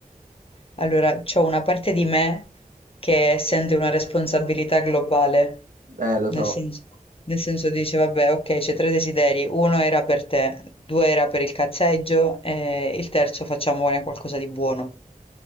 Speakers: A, on the left (about 40°); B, on the right (about 70°).
A: Allora, c'ho una parte di me che sente una responsabilità globale,
B: eh, lo
A: nel
B: so.
A: senso, nel senso dice, vabbè, ok, c'è tre desideri, uno era per te, due era per il cazzeggio e il terzo facciamone qualcosa di buono.